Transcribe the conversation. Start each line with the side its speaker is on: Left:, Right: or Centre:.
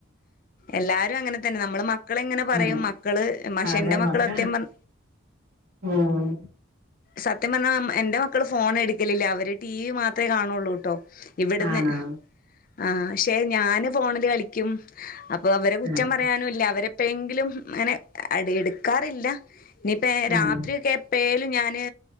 Left: എല്ലാരും അങ്ങനെ തന്നെ നമ്മള് മക്കളെ ഇങ്ങനെ പറയും
Right: അതെ
Left: മക്കള് പക്ഷെ
Right: അതെ
Left: എന്റെ മക്കൾ
Right: മക്ക
Left: സത്യം പറ
Right: ഓഹ്
Left: സത്യം പറഞ്ഞാൽ എന്റെ മക്കൾ ഫോൺ എടുക്കലില്ല അവർ ടി വി മാത്രമേ കാണുള്ളൂ ട്ടോ ഇവിടുന്ന്
Right: ആണോ
Left: ആഹ് ഞാന് ഫോണില് കളിക്കും അപ്പ അവരെ കുറ്റം
Right: ആഹ്
Left: പറയാനുല്ല അവരെ എപ്പഴെങ്കിലും അങ്ങനെ അട എടുക്കാറില്ല ഇനിയിപ്പ രാത്രി
Right: ആഹ്
Left: ഒക്കെ എപ്പഴേ ല്ല ഞാൻ ങ്ങനെ